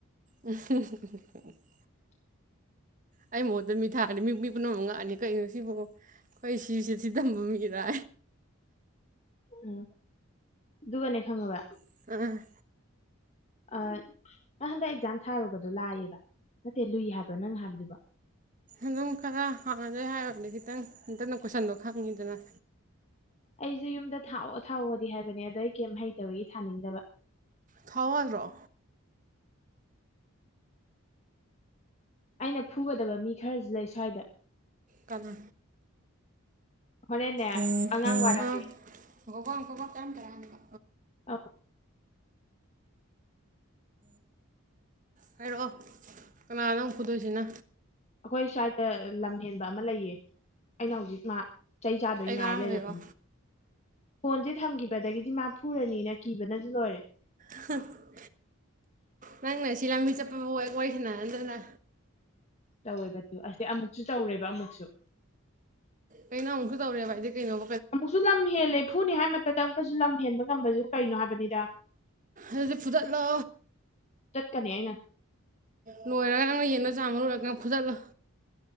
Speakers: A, on the right; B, on the left.
A: <unintelligible>
B: <inaudible>
A: ꯑꯩ ꯃꯍꯨꯠꯇ ꯃꯤ ꯊꯔꯗꯤ ꯃꯤ ꯃꯤ ꯄꯨꯝꯅꯃꯛ ꯉꯛꯑꯅꯤ ꯀꯩꯅꯣ ꯁꯤꯕ‌ꯣ ꯑꯩꯁꯤ ꯁꯦꯁꯤ ꯇꯝꯕ ꯃꯤꯔꯥ
B: ꯎꯝ ꯑꯗꯨꯒꯅꯦ ꯈꯪꯉꯕ
A: ꯑꯥ
B: ꯑ ꯅꯪ ꯍꯟꯗꯛ ꯑꯦꯛꯖꯥꯝ ꯊꯔꯨꯕꯗꯣ ꯂꯏꯌ‌ꯦꯕ ꯅꯠꯇꯦ ꯂꯨꯏ ꯍꯥꯏꯕ꯭ꯔ ꯅꯪ ꯍꯥꯏꯕꯗꯨꯕꯣ
A: ꯑꯗꯨꯝ ꯈꯔ ꯍꯥꯟꯅꯗꯩ ꯍꯥꯏꯔꯨꯔꯗꯤ ꯈꯤꯇꯪ ꯍꯟꯇꯛꯅ ꯀꯣꯏꯁꯟꯗꯣ ꯈꯪꯉꯤꯗꯅ
B: ꯑꯩꯖꯨ ꯌꯨꯝꯗ ꯊꯥꯎꯑꯣ ꯊꯥꯎꯑꯣꯗꯤ ꯍꯥꯏꯕꯅꯦ ꯑꯗꯣ ꯑꯩ ꯀꯩꯌꯝ ꯍꯩꯇꯕꯒꯤ ꯊꯅꯤꯡꯗꯕ
A: ꯊꯥꯎ ꯌꯥꯗꯔꯣ
B: ꯑꯩꯅ ꯐꯨꯒꯗꯕ ꯃꯤ ꯈꯔꯖꯨ ꯂꯩ ꯁ꯭ꯋꯥꯏꯗ
A: ꯀꯅꯥ
B: ꯍꯣꯔꯦꯟꯅꯦ
A: ꯑꯩ
B: ꯑꯉꯥꯡ ꯋꯥꯔꯛꯀꯦ
A: ꯉꯏꯈꯣꯀꯣ ꯉꯏꯈꯣꯀꯣ ꯆꯥꯝ ꯇꯔꯥꯅ‌ꯦ
B: ꯑ
A: ꯍꯥꯏꯔꯛꯑꯣ ꯀꯅꯥꯅꯣ ꯅꯪ ꯐꯨꯗꯣꯏꯁꯤꯅ
B: ꯑꯩꯈꯣꯏ ꯁ꯭ꯋꯥꯏꯗ ꯂꯝ ꯍꯦꯟꯕ ꯑꯃ ꯂꯩꯌꯦ ꯑꯩꯅ ꯍꯧꯖꯤꯛ ꯃꯥ ꯆꯩ ꯆꯗꯣꯏ
A: ꯑꯩ
B: ꯉꯥꯏꯔ
A: ꯀꯔꯝꯕꯩꯔꯣ
B: ꯂꯩꯔꯕꯅꯦ ꯐꯣꯟꯁꯦ ꯊꯝꯈꯤꯕꯗꯒꯤꯗꯤ ꯃꯥ ꯐꯨꯔꯅꯤꯅ ꯀꯤꯕꯅꯖꯨ ꯂꯣꯏꯔꯦ
A: <unintelligible> ꯅꯪꯅ ꯁꯤ ꯂꯝꯕꯤ ꯆꯠꯄ ꯐꯥꯎ ꯍꯦꯛ ꯋꯔꯤ ꯁꯅꯍꯟꯗꯅ
B: ꯇꯧꯋꯦꯕ ꯇꯨ ꯑꯥꯁꯤ ꯑꯃꯨꯛꯁꯨ ꯇꯧꯔꯦꯕ ꯑꯃꯨꯛꯁꯨ
A: ꯀꯩꯅꯣ ꯑꯃꯨꯛꯁꯨ ꯇꯧꯔꯦꯕꯗꯤ ꯀꯩꯅꯣ
B: ꯑꯃꯨꯛꯁꯨ ꯂꯝ ꯍꯦꯜꯂꯦ ꯐꯨꯅꯤ ꯍꯥꯏꯔꯤꯃꯛꯇꯗꯥ ꯑꯃꯨꯛꯀꯁꯨ ꯂꯝ ꯍꯦꯟꯕ ꯉꯝꯕꯁꯤꯕꯨ ꯀꯩꯅꯣ ꯍꯥꯏꯕꯅꯤꯗ
A: ꯑꯗꯨꯗꯤ ꯐꯨꯗꯠꯂꯣ
B: ꯆꯠꯀꯅꯤ ꯑꯩꯅ
A: ꯂꯣꯏꯔꯒ ꯑꯃ ꯌꯦꯟꯗꯣ ꯆꯥꯝꯕ ꯂꯣꯏꯔꯀꯥꯟ ꯐꯨꯗꯠꯂꯣ